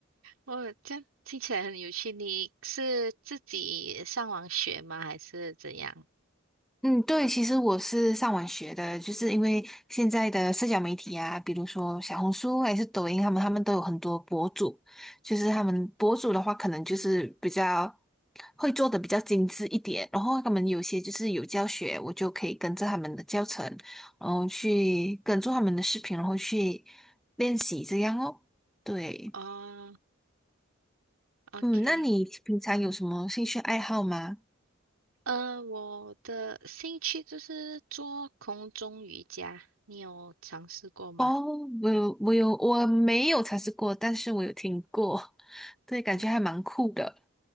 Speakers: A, on the right (about 85°); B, in the centre.
A: 哦，这样听起来很有趣。你是自己上网学吗？还是怎样？
B: 嗯，对，其实我是上网学的，就是因为现在的社交媒体啊，比如说小红书还是抖音，他们他们都有很多博主，就是他们博主的话，可能就是比较会做的比较精致一点，然后他们有些就是有教学，我就可以跟着他们的教程，然后去跟着他们的视频，然后去练习这样哦。对，
A: 哦，OK，
B: 嗯，那你平常有什么兴趣爱好吗？
A: 呃，我的兴趣就是做空中瑜伽，你有尝试过吗？
B: 哦，我有，我有，我没有尝试过，但是我有听过，<laughs> 对，感觉还蛮酷的。
A: 嗯，